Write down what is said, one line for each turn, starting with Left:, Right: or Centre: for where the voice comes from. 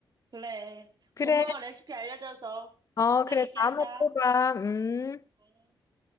Right: 그래.
Left: 그래.
Right: 고마워, 레시피 알려줘서.
Left: 어,
Right: 또
Left: 그래.
Right: 얘기하자.
Left: 다음에 또 봐. 음.
Right: 응.